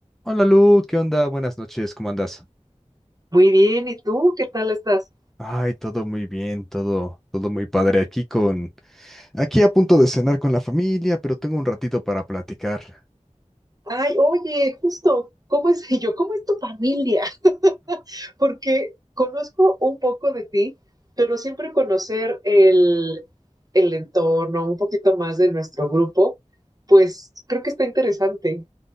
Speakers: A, in the centre; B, on the right.
A: Hola Lu, ¿qué onda? Buenas noches, ¿cómo andas?
B: Muy bien, ¿y tú qué tal estás?
A: Ay, todo muy bien, todo, todo muy padre aquí con, aquí a punto de cenar con la familia, pero tengo un ratito para platicar.
B: Ay, oye, justo, ¿cómo es <laughs> yo? ¿Cómo es tu familia? <laughs> Porque conozco un poco de ti, pero siempre conocer el, el entorno, un poquito más de nuestro grupo, pues creo que está interesante.